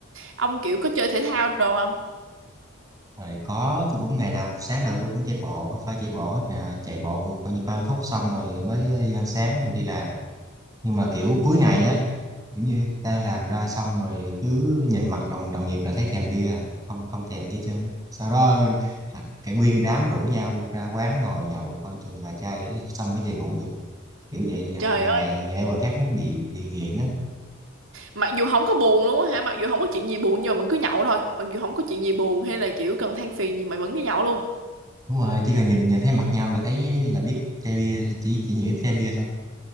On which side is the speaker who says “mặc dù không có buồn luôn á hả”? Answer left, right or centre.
Right